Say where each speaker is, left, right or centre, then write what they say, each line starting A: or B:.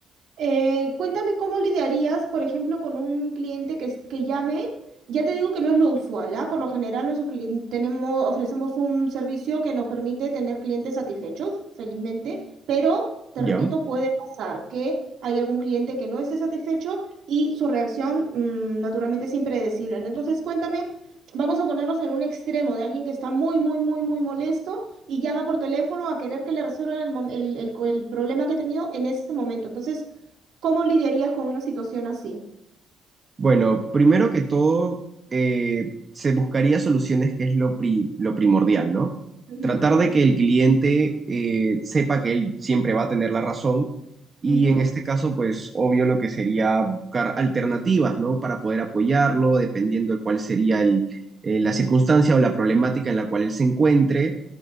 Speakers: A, on the right; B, on the right.
A: Eh, cuéntame cómo lidiarías, por ejemplo, con un cliente que, es- que llame. Ya te digo que no es lo usual, ¿ah? Por lo general, nosotros clien- tenemos, ofrecemos un servicio que nos permite tener clientes satisfechos, felizmente, pero te
B: Ya.
A: repito, puede pasar que hay algún cliente que no esté satisfecho y su reacción, mm, naturalmente es impredecible. ¿no? Entonces, cuéntame, vamos a ponernos en un extremo de alguien que está muy, muy, muy, muy molesto y llama por teléfono a querer que le resuelvan el, mom- el el- el problema que ha tenido en ese momento. Entonces, ¿Cómo lidiarías con una situación así?
B: Bueno, primero que todo, eh, se buscaría soluciones que es lo, pri- lo primordial, ¿no?
A: Ujú,
B: Tratar de que el cliente eh, sepa que él siempre va a tener la razón y
A: ujú,
B: en este caso, pues obvio lo que sería buscar alternativas, ¿no? Para poder apoyarlo, dependiendo de cuál sería el, eh, la circunstancia o la problemática en la cual él se encuentre.